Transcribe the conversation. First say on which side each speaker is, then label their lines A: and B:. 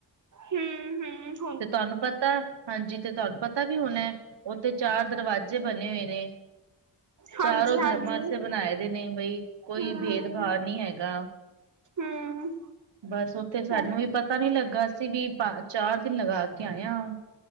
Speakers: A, on the right; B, on the right.
A: ਹੂੰ -ਹੂੰ।
B: ਤੇ ਤੁਹਾਨੂੰ ਪਤਾ ਹਾਂਜੀ, ਤੇ ਤੁਹਾਨੂੰ ਪਤਾ ਵੀ ਹੋਣਾ ਉੱਥੇ ਚਾਰ ਦਰਵਾਜ਼ੇ ਬਣੇ ਹੋਏ ਨੇ। ਚਾਰੋ
A: ਹਾਂਜੀ-ਹਾਂਜੀ,
B: ਧਰਮਾਂ ਆਸਤੇ ਬਣਾਏ ਦੇ ਨੇ ਬਈ ਕੋਈ
A: ਹੂੰ-ਹੂੰ,
B: ਭੇਦਭਾਵ
A: ਹੂੰ।
B: ਨਹੀਂ ਹੈਗਾ।
A: ਹੂੰ
B: ਬਸ ਉੱਥੇ ਸਾਨੂੰ
A: ਹੂੰ
B: ਵੀ ਪਤਾ ਨੀ ਲੱਗਾ ਅਸੀ ਵੀ ਪਾ ਚਾਰ ਦਿਨ ਲਗਾ ਕੇ ਆਏ ਆਂ,